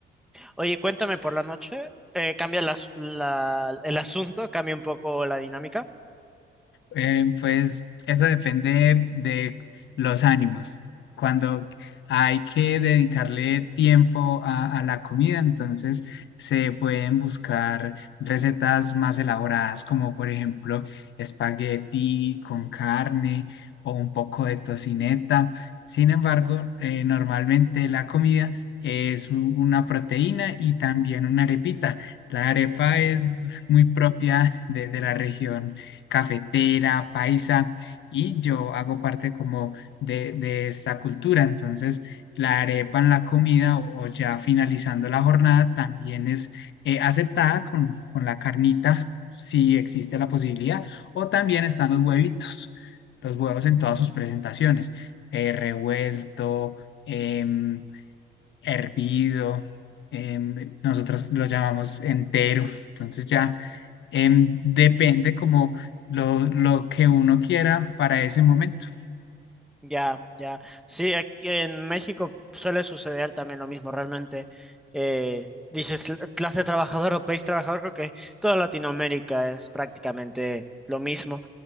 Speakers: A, in the centre; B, on the left (about 70°).
A: Oye, cuéntame por la noche, eh, cambia las- la- el asunto, cambia un poco la dinámica.
B: Eh, pues eso depende de los ánimos. Cuando hay que dedicarle tiempo a, a la comida, entonces se pueden buscar recetas más elaboradas, como por ejemplo espagueti con carne o un poco de tocineta. Sin embargo, eh, normalmente la comida es u- una proteína y también una arepita. La arepa es muy propia de de la región cafetera, paisa, y yo hago parte como de, de esta cultura. Entonces, la arepa en la comida o, o ya finalizando la jornada también es eh, aceptada con, con la carnita, si existe la posibilidad, o también están los huevitos, los huevos en todas sus presentaciones, eh, revuelto. em, hervido, em, nosotros lo llamamos entero, entonces ya em, depende como lo, lo que uno quiera para ese momento.
A: Ya, ya. Sí, aquí en México suele suceder también lo mismo, realmente. eh, dices "L- clase trabajadora o país trabajador, creo que toda Latinoamérica es prácticamente lo mismo.